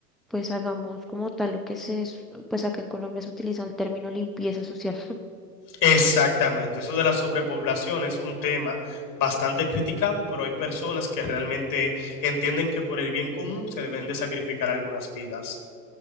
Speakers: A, in the centre; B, on the left.
A: pues hagamos como tal lo que se, es- pues acá en Colombia se utiliza el término limpieza social.
B: exactamente. Eso de la sobrepoblación es un tema bastante criticado, pero hay personas que realmente entienden que por el bien común se deben de sacrificar algunas vidas.